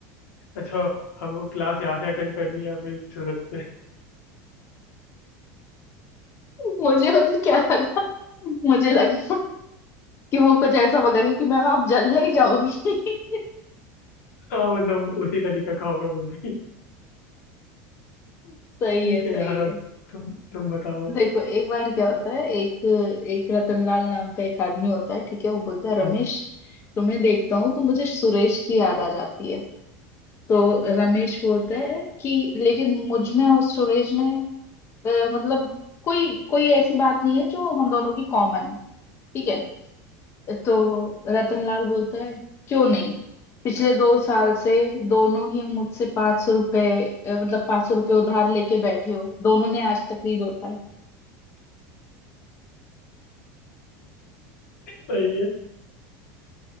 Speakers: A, on the left; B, on the left.
A: अच्छा हमको क्लास यहाँ से अटेंड करनी है या फिर सूरज से <laughs>
B: <laughs> मुझे पता क्या लगा मुझे लगा कि वो कुछ ऐसा बोलेगा कि मैम आप जल ही जाओगी <laughs>
A: हाँ मतलब उसी तरीके का होगा वो भी
B: सही
A: ठीक
B: है सही
A: है यार अब
B: है
A: तुम तुम बताओ
B: देखो एक बार क्या होता है एक एक रतनलाल नाम का एक आदमी होता है ठीक है वो बोलता है रमेश
A: हम्म,
B: तुम्हें देखता हूँ तो मुझे सुरेश की याद आ जाती है तो रमेश बोलता है कि लेकिन मुझ में और सुरेश में अ, मतलब कोई कोई ऐसी बात नहीं है जो हम दोनों की कॉमन है ठीक है तो रतनलाल बोलता है क्यों नहीं पिछले दो साल से दोनों ही मुझसे पांच सौ रुपए अ, मतलब पांच सौ रुपए उधार लेके बैठे हो दोनों ने आज तक नहीं लौटा है
A: सही है